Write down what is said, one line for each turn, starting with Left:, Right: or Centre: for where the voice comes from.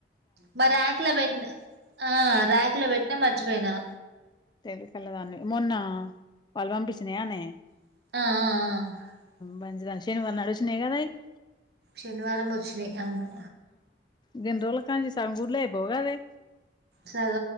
Right: మ ర్యాకు లో వెట్నా ఆ ర్యాకు లో వెట్టినా మర్చిపోయినా
Left: తెలి కల్ళ దాన్ని మొన్న వాళ్ళ పంపిచ్చినయానే
Right: ఆ ఆ ఆ
Left: బంచి నడేసేను వాడంమరణడు స్నేగా తాయి <unintelligible>
Right: శనివారం వచ్చినాయ్ అవును
Left: దిండ్రోల కాళ్ళ నుంచి సగం గుడ్లు అయిపో గాదే
Right: సగ